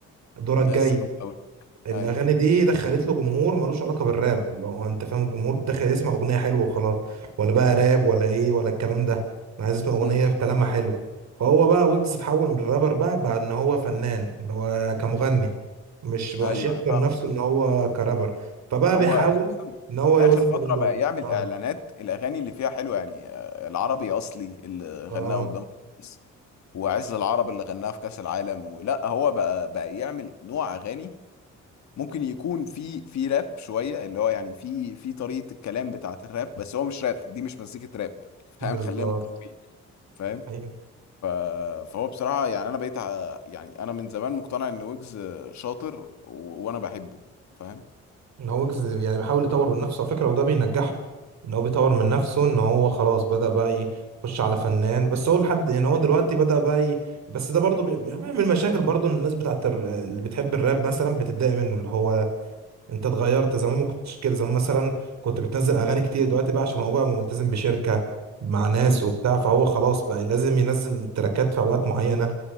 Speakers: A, on the right; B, on the left.
A: دورك
B: انا
A: جاي
B: لسه كنت اقول
A: الأغاني
B: ايوه
A: دي دخلت له جمهور ملوش علاقة بالراب لو أنت فاهم الجمهور داخل يسمع أغنية حلوة وخلاص ولا بقى راب ولا إيه ولا الكلام ده أنا عايز أسمع أغنية
B: امم
A: في كلامها حلو فهو بقى ويجز اتحول من الرابر بقى بقى إن هو فنان اللي هو كمغني مش مبقاش
B: ايوه
A: يحكر
B: انا فاهمك
A: نفسه
B: أوي.
A: إن هو كرابر فبقى
B: هو
A: بيحاول
B: أساساً
A: إن هو يوازن
B: اخر فتره
A: ما بين دول
B: بقى يعمل
A: آه
B: اعلانات الاغاني اللي فيها حلوه يعني آه، العربي اصلي اللي
A: آه
B: غناه قدام الرئيس، وعز العرب اللي غناها في كاس العالم ولا هو بقى بقى يعمل نوع اغاني ممكن يكون في في راب شويه اللي هو يعني في في طريقه الكلام بتاعه الراب بس هو مش راب دي مش مزيكه راب <laughs> فاهم
A: بالظبط
B: خلينا متفقين فاهم
A: ايوه
B: آه، فهو بصراحه يعني انا بقيت ع- يعني انا من زمان مقتنع ان ويجز آه، شاطر و... وانا بحبه فاهم
A: ان هو يجز- يعني بيحاول يطور من نفسه على فكره وده بينجحه ان هو بيطور من نفسه ان هو خلاص بدا بقى يخش على فنان بس هو لحد يعني هو دلوقتي بدا بقى ي... بس ده برضه بي... يعني بيعمل مشاكل برضه إن الناس بتاعت الر... اللي بتحب الراب مثلا بتتضايق منه اللي هو انت اتغيرت زمان ما كنتش كده زمان مثلا كنت بتنزل اغاني كتير دلوقتي بقى عشان هو بقى ملتزم بشركه مع ناس
B: امم
A: وبتاع فهو خلاص بقى لازم ينزل تراكات في اوقات معينه